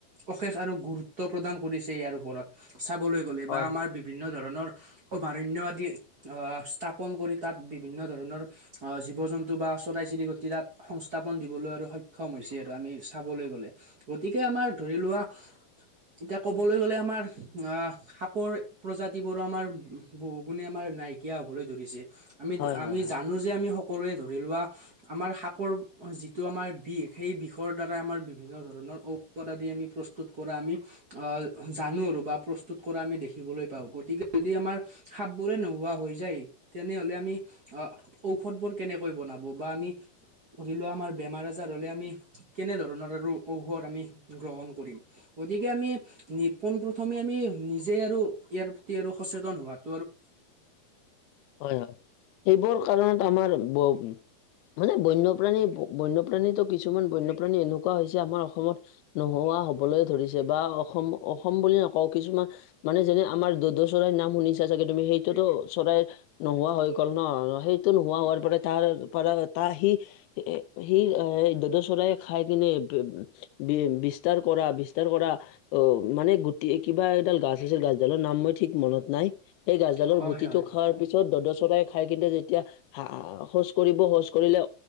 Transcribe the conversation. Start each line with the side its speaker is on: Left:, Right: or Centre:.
Right: অশেষ আৰু গুৰুত্ব প্ৰদান কৰিছে ইয়াৰ ওপৰত। চাবলৈ গ'লে
Left: হয়
Right: বা আমাৰ বিভিন্ন ধৰণৰ অভয়াৰণ্য আদি অহ, স্থাপন কৰি তাত বিভিন্ন ধৰণৰ অহ, জীৱ-জন্তু বা চৰাই-চিৰিকতি তাত সংস্থাপন দিবলৈ আৰু সক্ষম হৈছে আৰু আমি চাবলৈ গ'লে। গতিকে আমাৰ ধৰি লোৱা এতিয়া ক'বলৈ গ'লে আমাৰ অহ, সাপৰ প্ৰজাতিবোৰো আমাৰ বহু গুণে আমাৰ নাইকিয়া হ'বলৈ ধৰিছে। আমি,
Left: হয় হয় হয় হয়
Right: আমি জানোঁ যে আমি সক সকলোৱে ধৰি লোৱা আমাৰ সাপৰ যিটো আমাৰ বিষ, সেই বিষৰ দ্বাৰাই আমাৰ বিভি বিভিন্ন ধৰণৰ ঔষধ আদি আমি প্ৰস্তুত কৰা আমি জানোঁ আৰু বা প্ৰস্তুত কৰা আমি দেখিবলৈ পাওঁ। গতিকে যদি আমাৰ সাপবোৰে নোহোৱা হয় যায় তেনেহ'লে আমি আমি অহ, ঔষধবোৰ কেনেকৈ বনাব বা আমি ধৰিলোৱা আমাৰ বেমাৰ-আজাৰ হ'লে, আমি কেনে ধৰণৰ আৰু ঔষধ আমি গ্ৰহণ কৰিম। গতিকে আমি পোনপ্ৰথমে আমি নিজে আৰু ইয়াৰ প্ৰতি আৰু সচেতন হোৱাত
Left: হয়, হয়। সেইবোৰ কাৰণত আমাৰ ব মানে বন্যপ্ৰাণী, বন্যপ্ৰাণীতো কিছুমান বন্যপ্ৰাণী এনেকুৱা হৈছে আমাৰ অসমত নোহোৱা হোৱা হ'বলৈ ধৰিছে বা অসম, অসম বুলি নকওঁ কিছুমান মানে যেনে আমাৰ দ'দ চৰাইৰ নাম শুনিছা চাগে। সেইটোতো চৰাই নোহোৱা হৈ গ'ল ন' সেইটো নোহোৱা হোৱাৰ পৰা তাৰপৰা তাৰ সি দ'দ চৰায়ে খাই কিনে বি-বিস্তাৰ কৰা বিস্তা বিস্তাৰ কৰা অহ, মানে গোটি কিবা এডাল গাছ আছিল, গাছডালৰ নাম মই ঠিক মনত নাই। সেই গছডালৰ
Right: হয়
Left: গুটিটো
Right: হয়।
Left: খোৱাৰ পিছত দ'দ চৰাই খাই কিন্তে যেতিয়া হা শৌচ কৰিব, শৌচ কৰিলে